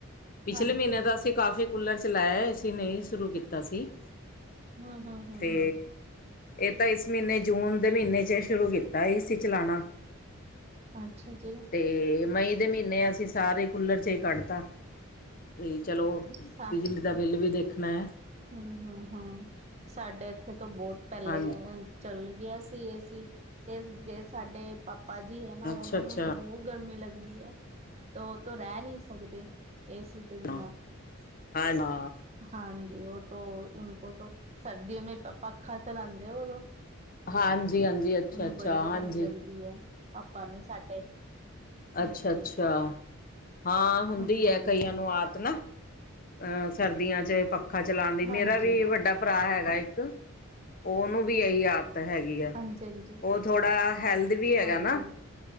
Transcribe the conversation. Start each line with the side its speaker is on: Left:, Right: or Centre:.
Left: ਪਿਛਲੇ
Right: ਹਾਂਜੀ
Left: ਮੀਨੇ ਦਾ ਅਸ ਤੇ ਕਾਫੀ ਕੂਲਰ ਚਲਾਇਆ ਏਸੀ ਨਈ ਸ਼ੁਰੂ ਕੀਤਾ ਸੀ ਤੇ
Right: ਹੂੰ ਹੂੰ ਹੂੰ
Left: ਤੇ
Right: ਹੂੰ
Left: ਏਤਾਂ ਇਸ ਮੀਨੇ ਜੂਨ ਦੇ ਮੀਨੇ ਚ ਸ਼ੁਰੂ ਕੀ ਤਾਂ ਈ ਏ ਸੀ ਚਲਾਣਾ।
Right: ਅੱਛਾ ਜੀ।
Left: ਤੇ ਮਈ ਦੇ ਮੀਨੇ ਅਸੀਂ ਸਾਰੇ ਕੂਲਰ ਚ ਈ ਕੱਢਤਾ ਵੀ ਚਲੋ
Right: ਸਾ
Left: ਬਿਜਲੀ ਦਾ ਬਿੱਲ ਵੀ ਦੇਖਨਾ।
Right: ਹੂੰ ਹਾਂ-ਹਾਂ ਸਾਡੇ ਐਥੇ ਤਾਂ ਬੋਤ ਪੈਲੇ
Left: ਹਾਂਜੀ
Right: ਚੱਲ ਗਿਆ ਸੀ ਏਸੀ ਤੇ ਜੇ ਸਾਡੇ ਪਾਪਾ ਜੀ ਐ ਨਾ
Left: ਅੱਛਾ
Right: ਓਨਾਂ
Left: ਅੱਛਾ
Right: ਨੂੰ ਬੋ ਗਰਮੀ ਲੱਗਦੀ ਐ ਤੋ ਓ ਤਾ ਰੈ ਨੀ ਸਕਦੇ ਏਸੀ ਤੋਂ ਬਿਨਾਂ
Left: ਹਾਂ ਐ ਨਾ
Right: ਹਾਂਜੀ ਓ ਤੋਂ ਉਨਕੋ ਤੋ ਸਰਦੀਓ ਮੇ ਪੱਖਾ ਚਲਾਂਦੇ ਵੋ
Left: ਹਾਂਜੀ ਹਾਂਜੀ ਅੱਛਾ
Right: ਓਨੂੰ
Left: ਅੱਛਾ
Right: ਬੜੀ ਗਰਮੀ
Left: ਹਾਂਜੀ
Right: ਲੱਗਦੀ ਐ ਪਾਪਾ ਨੂੰ ਸਾਡੇ। ਹਾਂਜੀ
Left: ਅੱਛਾ-ਅੱਛਾ ਹਾਂ ਹੁੰਦੀ
Right: ਹਮ
Left: ਐ ਕਈਆਂ ਨੂੰ ਆਤ ਨਾ ਅਹ ਸਰਦੀਆਂ ਚ ਪੱਖਾ ਚਲਾਣ ਦੀ
Right: ਹਾਂਜੀ
Left: ਮੇਰਾ ਵੀ
Right: ਹਾਂਜੀ
Left: ਵੱਡਾ ਪਰਾ ਹੈਗਾ ਇੱਕ ਓਨੂੰ ਵੀ ਏਈ ਆਦ ਤੇ ਹੈਗੀ ਆ
Right: ਹਾਂਜੀ
Left: ਓ ਥੋੜ੍ਹਾ ਹੈਲਦ ਵੀ ਹੈਗਾ
Right: ਹਾਂਜੀ
Left: ਨਾਂ।